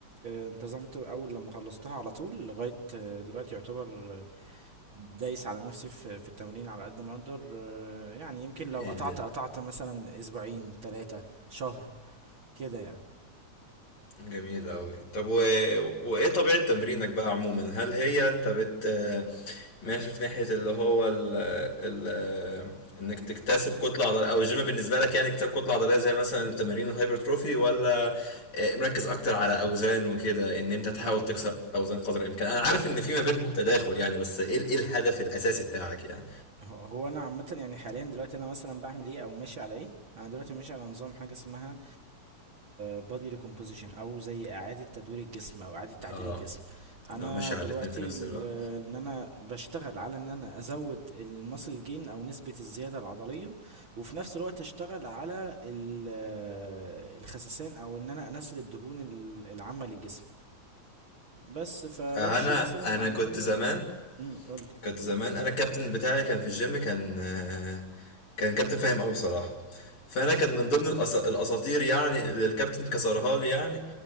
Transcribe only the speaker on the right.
آه، انتظمت أول لما خلصتها على طول لغاية آه، دلوقتي يعتبر آه، دايس على نفسي في في التمرين على قد ما أقدر آه، يعني يمكن لو
قطعت
قطعت مثلا أسبوعين تلاتة شهر كده يعني
هقول
هو هو انا عامه يعني حاليا دلوقتي انا مثلا بعمل ايه او ماشي على ايه انا دلوقتي ماشي على نظام حاجه اسمها بودي ريكومبوزيشن او زي اعاده تدوير الجسم او اعاده تعديل
الجسم انا
دلوقتي
ال-
ان انا بشتغل على ان انا ازود المسل جين او نسبه الزياده العضليه وفي نفس الوقت اشتغل على ال- آه، الخسسان او ان انا انزل الدهون ال- العامه للجسم بس فبمشي
مثلا
على
النظام ده
امم قول لي.